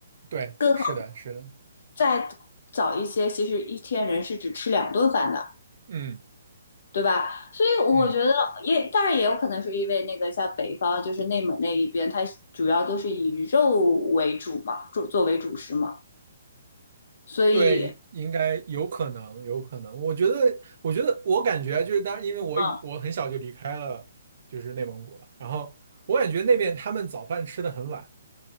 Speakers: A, on the right; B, on the left.
A: 对，
B: 更好，
A: 是的，是的，
B: 再早一些，其实一天人是只吃两顿饭的，
A: 嗯
B: 对吧？所以我觉得也，
A: 嗯，
B: 当然也有可能是因为那个像北方，就是内蒙那一边，它主要都是以肉为主嘛，主作为主食嘛，所以，
A: 对，应该有可能，有可能。我觉得，我觉得，我感觉就是，当然，因为我已我很小就离开了，
B: 嗯，
A: 就是内蒙古了。然后我感觉那边他们早饭吃的很晚，